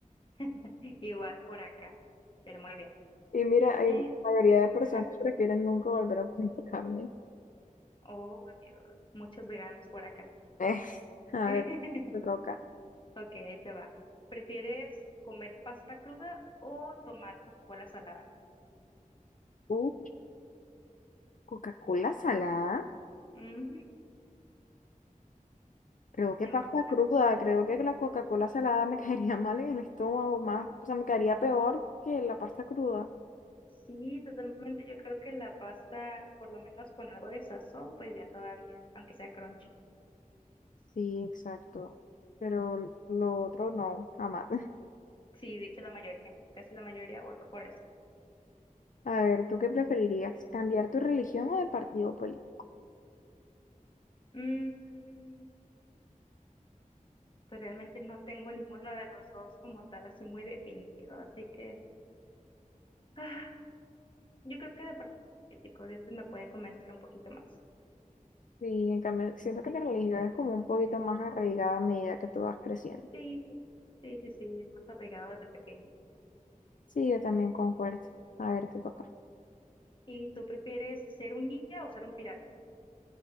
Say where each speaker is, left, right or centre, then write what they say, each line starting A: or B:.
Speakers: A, on the left; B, on the left.
A: <laughs> Igual por acá, pero muy bien.
B: Y mira, hay,
A: Eh,
B: la mayoría de personas
A: ajá.
B: prefieren nunca volver a comer <laughs> carne.
A: Oh, Dios, muchos veganos por acá.
B: Eh, a
A: <laughs>
B: ver, me toca.
A: Ok, ahí te va. ¿Prefieres comer pasta cruda o tomar Coca-Cola salada?
B: Uh, Coca-Cola salada,
A: Ujú,
B: creo que
A: ¿Te imaginas?
B: pasta cruda, creo que la Coca-Cola salada me <laughs> caería mal en el estómago, más, o sea, me caería peor que la pasta cruda.
A: Sí, totalmente. Yo creo que la pasta, por lo menos con algo de sazón, pues ya todavía, aunque sea crunchy.
B: Sí, exacto, pero lo otro no, jamás.
A: Sí, de hecho la mayoría, casi la mayoría votó por eso.
B: A ver, ¿tú qué preferirías? ¿Cambiar tu religión o de partido político?
A: Mm, pues realmente no tengo ninguno de los dos como tal así muy definido, así que ah, yo creo que de parte político, de eso me pueden convencer un poquito más.
B: Sí, en cambio, siento que la religión es como un poquito más arraigada a medida que tú vas creciendo.
A: Sí, sí, sí, sí, es más arraigado desde pequeño.
B: Sí, yo también concuerdo. A ver, te toca.
A: ¿Y tú prefieres ser un ninja o ser un pirata?